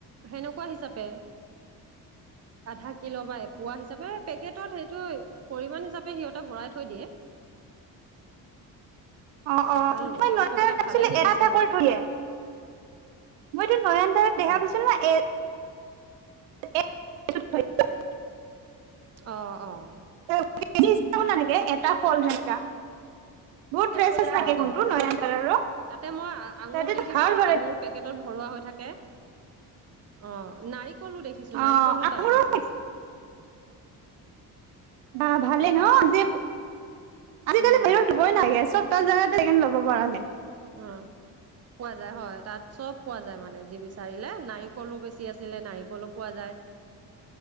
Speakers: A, on the right (about 30°); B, on the right (about 75°).
A: সেনেকুৱা হিচাপে আধা কিলো বা পোৱা হিচাপে পেকেটত সেটো পৰিমাণ হিচাপে সিহঁতে ভৰাই থৈ দিয়ে
B: অ অ
A: ভাল
B: ত
A: বস্তুবিলাক
B: তাৰপিছ
A: ভালে দেখিছো
B: এৰা এটা
A: মই
B: কৰি থৈ দিয়ে। টো নয়ন দাৰত দেখা
A: অ
B: পাইছো ন এই <unintelligible>
A: আহ আহ।
B: <unintelligible> এটা ফল যেনেকা। বহুত ফ্ৰেছ ফ্ৰেছ থাকে
A: অঁ
B: কোনটো
A: অঁ
B: নয়নতাৰাৰো
A: তাতে মই আঙুৰ
B: তাতেতো
A: দেখিছোঁ
B: ভাল ভেৰাইটি
A: আঙুৰ পেকেটত ভৰোৱা হৈ থাকে। অহ নাৰিক কলো দেখিছো
B: অ
A: নাৰিকলো
B: আমৰো
A: তাত বেছিছে।
B: বাহ ভালে নহ যে। আজিকালি
A: উম
B: বেৰত <unintelligible> নাগে চব। <unintelligible>
A: অহ পোৱা যায় হয় তাত। চব পোৱা যায় মানে যি বিছা চাৰিলে নাৰিকলো বেছি আছে। ছিলে নাৰিকলো পোৱা যায়।